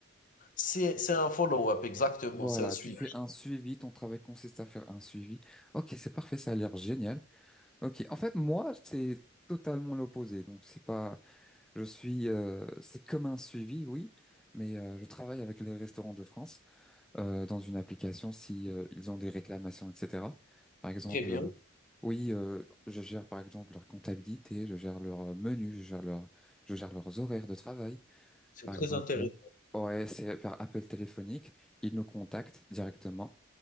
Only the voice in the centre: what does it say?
Voilà,
tu fais un suivi, ton travail consiste à faire un suivi. Ok, c'est parfait, ça a l'air génial. Ok, en fait, moi, c'est totalement l'opposé. Donc, c'est pas, je suis, euh, c'est comme un suivi, oui, mais euh, je travaille avec les restaurants de France euh, dans une application si euh, ils ont des réclamations, etc. Par exemple,
euh, oui, euh, je gère par exemple leur comptabilité, je gère leur euh, menu, je gère leur, je gère leurs horaires de travail.
Par
exemple,
ouais, c'est par appel téléphonique, ils nous contactent directement